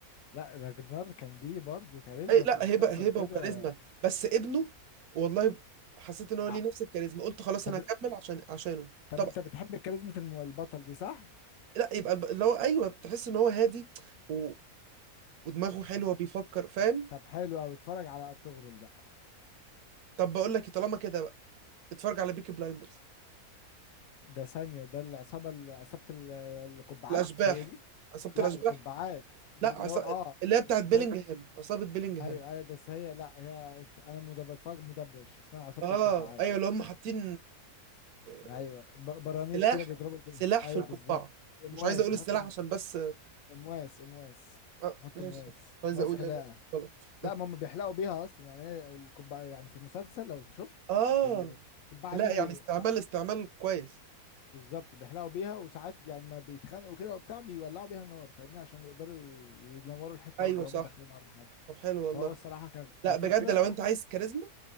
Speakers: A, on the left; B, on the right.
A: لا راجنر كان ليه برضه كاريزما
B: اي لا
A: في المسلسل
B: هبه هبه
A: كده
B: وكاريزما بس ابنه والله حسيت ان هو ليه
A: ع-
B: نفس الكاريزما قلت خلاص
A: طب
B: انا هكمل عشان عشانه
A: طب
B: طب
A: انت بتحب كاريزما الم- البطل دي صح؟
B: لا يبقى الب- اللي هو ايوه تحس ان هو هادي و... ودماغه حلوه
A: طب
B: بيفكر فاهم
A: طب حلو قوي اتفرج على ارطغرل بقى
B: طب بقول لك إيه، طالما كده بقى اتفرج على بيكي بلايندرز
A: ده ثانية ده العصابة ال- عصابة ال- القبعات
B: الاشباح
A: هي دي؟
B: عصابه
A: لا
B: الاشباح
A: القبعات دي
B: لا
A: اللي
B: عصابة
A: هو اه
B: اللي هي بتاعت
A: ده...
B: بيلينجهام عصابه بيلينجهام
A: ايوه ايوه بس هي لا هي ات- انا مدب... بتفرج مدبلج اسمها عصابة
B: اه
A: القبعات
B: ايوه اللي هم حاطين آه،
A: ايوه ب- برانيت
B: سلاح
A: كده بيضربوا بيه
B: سلاح
A: ايوه
B: في القبعه
A: بالظبط امواس
B: مش عايز اقول
A: بيحطوا
B: السلاح
A: أمو-
B: عشان بس اه
A: امواس امواس
B: آه،
A: بيحطوا
B: ماشي
A: امواس
B: مش عايز
A: امواس
B: اقول
A: حلاقه
B: يعني غلط
A: لا ما هم بيحلقوا بيها اصلا يعني هي الكوبايه يعني في المسلسل لو شفت
B: اه
A: ال- الكوبايه
B: لا
A: دي بي...
B: يعني استعمال
A: ع-
B: استعمال كويس
A: بالظبط بيحلقوا بيها وساعات يعني ما بيتخانقوا كده وبتاع بيولعوا بيها النار فاهمني عشان يقدروا ينوروا الحته
B: ايوه
A: اللي
B: صح
A: هم داخلينها ولا حاجه
B: طب حلو والله
A: فهو الصراحه ك...
B: لا
A: كفكره
B: بجد لو انت عايز كاريزما